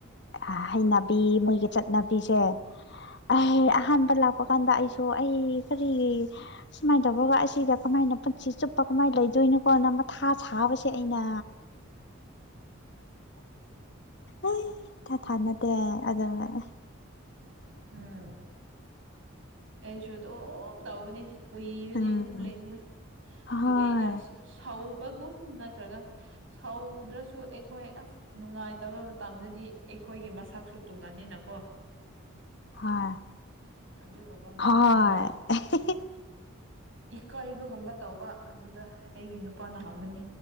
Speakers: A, on the left; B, on the right.
A: ꯑ ꯍꯩꯅꯕꯤ ꯃꯣꯏꯒꯤ ꯆꯠꯅꯕꯤꯁꯦ ꯑꯩ ꯑꯍꯥꯟꯕ ꯂꯥꯛꯄ ꯀꯥꯟꯗ ꯑꯩꯁꯨ ꯑꯩ ꯀꯔꯤꯒꯤ ꯁꯨꯃꯥꯏ ꯇꯧꯕꯒ ꯑꯁꯤꯗ ꯀꯃꯥꯏꯅ ꯄꯨꯟꯁꯤ ꯆꯨꯞꯄ ꯀꯃꯥꯏ ꯂꯩꯗꯣꯏꯅꯣꯀꯣꯅ ꯃꯊꯥ ꯁꯥꯕꯁꯦ ꯑꯩꯅ ꯑꯩ ꯊꯥꯊꯥ ꯅꯠꯇꯦ ꯑꯗꯨꯉꯩ
B: ꯎꯝ ꯑꯩꯁꯨ ꯑꯗꯨꯝ ꯇꯧꯕꯅꯤ ꯀꯨꯏꯕꯅꯦ
A: ꯎꯝ
B: ꯑꯗꯨꯝ ꯂꯩꯕꯅ
A: ꯍꯣꯏ
B: ꯑꯗꯨ ꯑꯩꯅ ꯁꯁꯧ ꯄꯒꯨꯝ ꯅꯠꯇ꯭ꯔꯒ ꯁꯧꯗ꯭ꯔꯁꯨ ꯑꯩꯈꯣꯏ ꯑꯁ ꯅꯨꯡꯉꯥꯏꯇꯕ ꯇꯝꯗꯗꯤ ꯑꯩꯈꯣꯏꯒꯤ ꯃꯁꯛꯁꯨ ꯇꯨꯡꯒꯅꯤꯅꯀꯣ
A: ꯍ
B: ꯑꯗꯨꯒꯨꯝꯕ ꯃꯁꯥ
A: ꯍꯣꯏ
B: ꯑꯩꯅ
A: <unintelligible>
B: ꯏꯀꯥꯏꯕꯒꯨꯝꯕ ꯇꯧꯕ ꯑꯗꯨꯗ ꯑꯩꯒꯤ ꯅꯨꯄꯥꯅ ꯍꯪꯅꯤꯡꯉꯤ